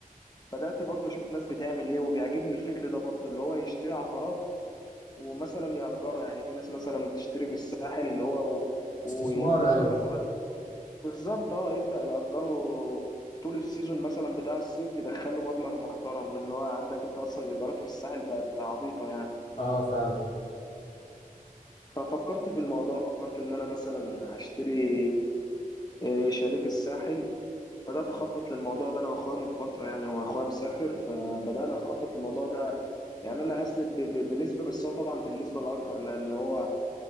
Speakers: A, on the left; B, on the left.
A: بدأت برضه أشوف ناس بتعمل إيه وبيعجبني الفكر ده برضه اللي هو يشتري عقارات ومثلا يأجرها يعني في ناس مثلا بتشتري في الساحل اللي هو و- ويبدأ
B: استثمار ايوه
A: بقى مثلا بالظبط اه يبدأ يأجره طول السيزون مثلا بتاع الصيف يدخله مبلغ محترم من اللي هو عندك انت اصلا الايجارات في الساحل بقت عبيطة يعني
B: اه فعلا
A: ففكرت في الموضوع فكرت ان انا مثلا اشتري آه، شاليه في الساحل بدأت أخطط للموضوع ده أنا وأخويا من فترة يعني هو أخويا مسافر فبدأنا نخطط للموضوع ده يعني أنا هسند ب- ب- بنسبة بس هو طبعا بالنسبة الأكبر لأن هو